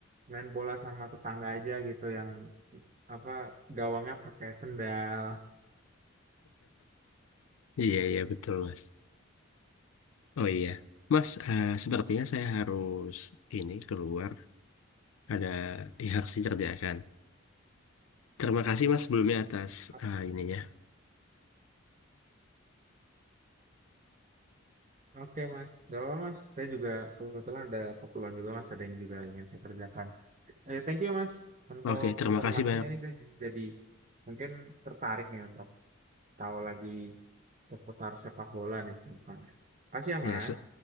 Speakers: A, on the right; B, on the left.
A: main bola sama tetangga aja gitu yang apa gawangnya pakai sendal.
B: iya iya betul mas oh iya mas eh, sepertinya saya harus ini keluar ada yang harus dikerjakan terima kasih mas sebelumnya atas
A: O-
B: eh, ininya
A: Oke mas, gak apa mas. Saya juga kebetulan ada keperluan juga mas, ada yang juga ingin saya kerjakan. Eh, thank you mas untuk
B: oke terima
A: informasinya
B: kasih banyak
A: nih saya jadi mungkin tertarik nih untuk tahu lagi seputar sepak bola nih ke depannya. Makasih ya
B: ya
A: mas.
B: se-